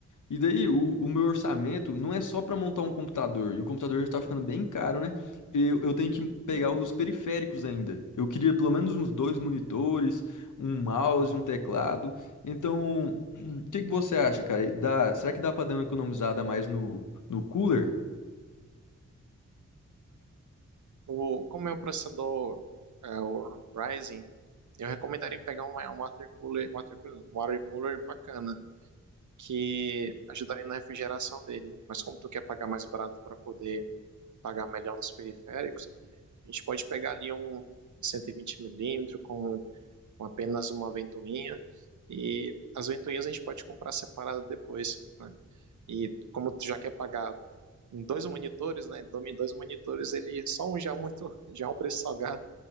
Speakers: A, on the left; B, on the right.
A: E daí, o, o meu orçamento não é só para montar um computador, e o computador já tá ficando bem caro, né? Eu, eu tenho que pegar
B: Hum.
A: os periféricos ainda. Eu queria pelo menos uns dois monitores, um mouse, um teclado. Então, o que que você acha, cara? Dá, será que dá para dar uma economizada a mais no, no cooler?
B: O, como meu processador é o Ryzen, eu recomendaria pegar um, um water cooler, water cooler, não, um water cooler bacana, que ajudaria na refrigeração dele. Mas como tu quer pagar mais barato para poder pagar melhor nos periféricos, a gente pode pegar ali um 120mm com, com apenas uma ventoinha. E as ventoinhas a gente pode comprar separada depois, né? E como tu já quer pagar em dois monitores, né? Então, em dois monitores, ele só um já é muito, <laughs> já é um preço salgado.